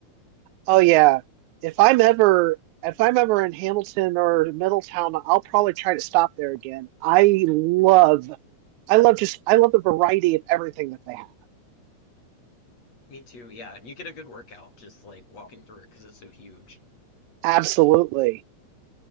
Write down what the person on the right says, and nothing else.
Oh yeah, if I'm ever if I'm ever in Hamilton or Middletown, I'll probably try to stop there again. I love I love just I love the variety of everything that they have.
Absolutely.